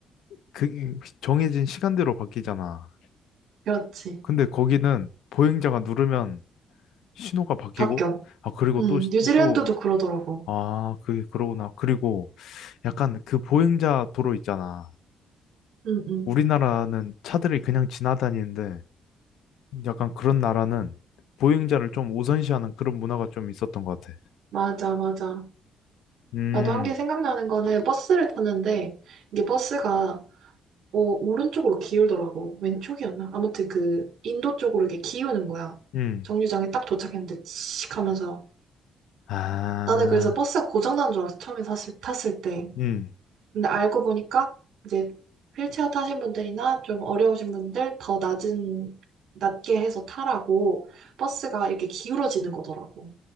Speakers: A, on the left (about 80°); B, on the right (about 70°).
A: 그 정해진 시간대로 바뀌잖아.
B: 그렇지.
A: 근데 거기는 보행자가 누르면 신호가 바뀌고
B: 바뀌어.
A: 아 그리고
B: 음,
A: 또또
B: 뉴질랜드도 그러더라고.
A: 아, 그게 그러구나. 그리고 약간 그 보행자 도로 있잖아.
B: 응, 응.
A: 우리나라는 차들이 그냥 지나다니는데 약간 그런 나라는 보행자를 좀 우선시하는 그런 문화가 좀 있었던 것 같아.
B: 맞아, 맞아.
A: 음,
B: 나도 한 게 생각나는 거는 버스를 탔는데 이게 버스가 어, 오른쪽으로 기울더라고. 왼쪽이었나? 아무튼 그 인도 쪽으로 이렇게 기우는 거야.
A: 음,
B: 정류장에 딱 도착했는데 치익 하면서
A: 아,
B: 나는 그래서 버스가 고장난 줄 알았어. 처음에 탔을, 탔을 때.
A: 음,
B: 근데 알고 보니까 이제 휠체어 타신 분들이나 좀 어려우신 분들 더 낮은 낮게 해서 타라고 버스가 이렇게 기울어지는 거더라고.